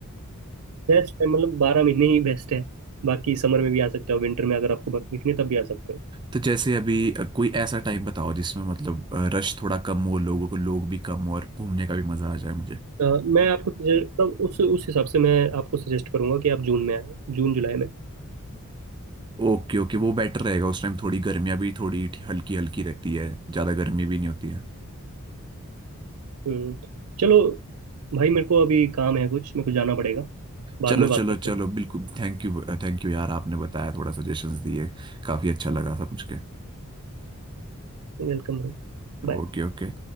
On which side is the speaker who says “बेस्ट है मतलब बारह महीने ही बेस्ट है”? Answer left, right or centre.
Right